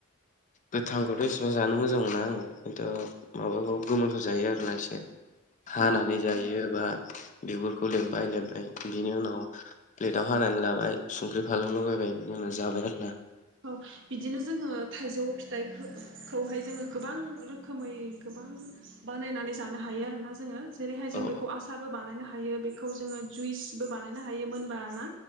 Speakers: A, on the left; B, on the right.
A: गोथांखौथ' इसेबां जानो मोजां मोना आङो खिन्थु माबाखौ गोमोनखौ जायो आरोना एसे हानानै
B: अ
A: जायो बा बिगुरखौ लमबाय लमबाय बिनि उनाव प्लेटाव हानानै लाबाय संख्रि फालु लगायबाय बिनि उनाव जाबाय आरोना।
B: औ बिदिनो जोङो थाइजौ फिथाइखौहाय जोङो गोबां रोखोमै गोबां बानायनानै जानो हायो आरोना जोङो। जेरैहाय जों
A: औ
B: बेखौ आसारबो बानायनो हा हायो बेखौ जोङो जुइसबो बानायनो हायो मोनबा ना